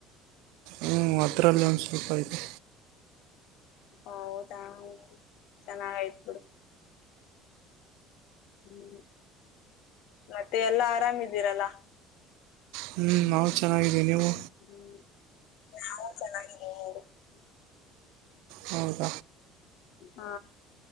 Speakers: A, on the right (about 75°); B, on the left (about 70°).
A: ಹ್ಞೂ ಅದರಲ್ಲಿ ಒಂದು ಸ್ವಲ್ಪ ಇದೆ
B: ಹೌದಾ ಚೆನ್ನಾಗ ಆಯ್ತು ಬಿಡು ಹ್ಮ ಮತ್ತೆ ಎಲ್ಲಾ ಆರಾಮ ಇದಿರಲ್ಲ
A: ಹೂ ನಾವು ಚೆನ್ನಾಗಿದ್ದೀ ನೀವು
B: ಹ್ಮ್. ನಾವು ಚೆನ್ನಾಗಿ ಇದೀವಿ ನೋಡಿ
A: ಹೌದ
B: ಹಾ